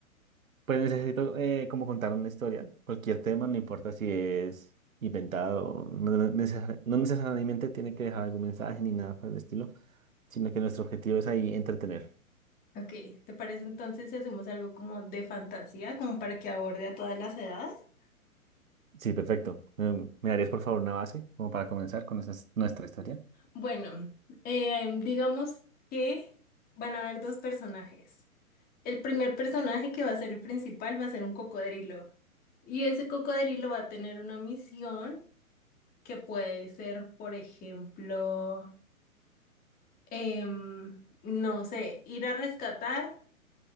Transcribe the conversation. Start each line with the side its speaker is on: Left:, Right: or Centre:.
Right: Pues necesito eh, como contar una historia, cualquier tema, no importa si es inventado, no, no necesar- no necesariamente tiene que dejar algún mensaje ni nada por el estilo, sino que nuestro objetivo es ahí entretener.
Left: Ok, ¿te parece entonces si hacemos algo como de fantasía, como para que aborde a todas las edades?
Right: Sí, perfecto. Mm, ¿Me darías por favor una base como para comenzar con nuestra, nuestra historia?
Left: Bueno, eh, digamos que van a haber dos personajes. El primer personaje que va a ser el principal va a ser un cocodrilo. Y ese cocodrilo va a tener una misión que puede ser, por ejemplo, em, no sé, ir a rescatar